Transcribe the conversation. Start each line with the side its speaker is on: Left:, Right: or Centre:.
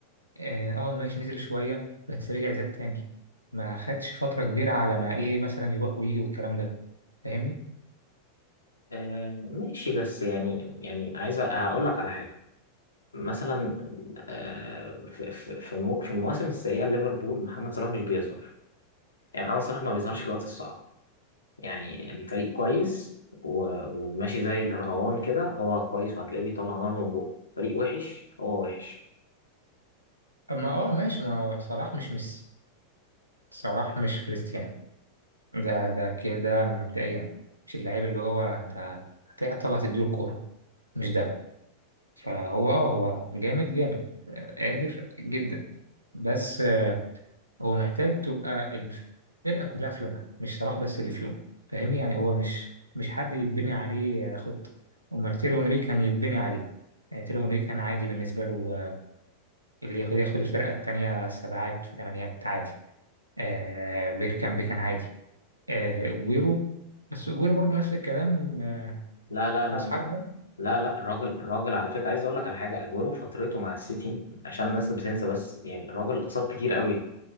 Right: اه آه، ماشي نزل شويه بس رجع زاد تاني ما خدش فتره كبيره على ما ايه مثلا يروح ويجي والكلام ده فاهمني
Left: آه ماشي بس يعني يعني عايز أقول لك على حاجة مثلا آه في في في المو- في المواسم السيئة ليفربول محمد صلاح مش بيظهر يعني محمد صلاح ما بيظهرش في الوقت الصعب يعني الفريق كويس و- وماشي زي الرهوان كده هو كويس وهتلاقيه بيطلع نار من بقه فريق وحش هو وحش
Right: اما اه ماشي ما هو صلاح مش ميسي صلاح مش كريستيانو ده ده كده ده مبدئيا مش اللعيب اللي هو انت هتعطل هتديله الكورة مش ده فهو اه هو جامد جامد آه، قادر جدا بس آه، هو محتاج تبقى الفرقة كلها في يومها مش صلاح بس اللي في يوم فاهمني يعني هو مش مش حد يتبني عليه آه، خطة أمال تيرو إنري كان يتبني عليه يعني تيرو إنري كان عادي بالنسبة له آه، اللي ياخد ياخد الفرقة التانية سبعات في تمانيات عادي آه بيركامب كان عادي آه، اجويرو بس اجويرو برضو نفس الكلام آه،
Left: لا لا لا
Right: راس
Left: لا
Right: حربة
Left: لا لا الراجل الراجل على فكرة عايز اقول لك على حاجة اجويرو فترته مع السيتي عشان الناس بتنسى بس يعني الراجل اتصاب كتير قوي